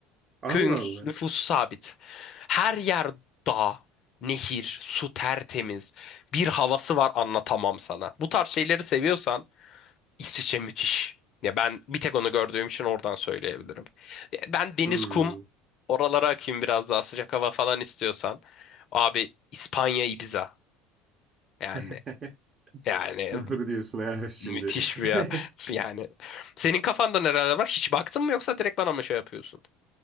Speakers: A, on the right; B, on the left.
A: Allah
B: Köyün
A: Allah.
B: nüfusu sabit. Her yer dağ, nehir, su tertemiz. Bir havası var anlatamam sana. Bu tarz şeyleri seviyorsan İsviçre müthiş. Ya ben bir tek onu gördüğüm için oradan söyleyebilirim. Ya Ben deniz,
A: Hmm.
B: kum oralara akayım biraz daha sıcak hava falan istiyorsan. Abi İspanya, Ibiza. Yani
A: <laughs>
B: yani
A: Doğru diyorsun abi şimdi.
B: müthiş bir yer.
A: <laughs>
B: <laughs> Yani senin kafanda nereler var? Hiç baktın mı yoksa direkt bana mı şey yapıyorsun?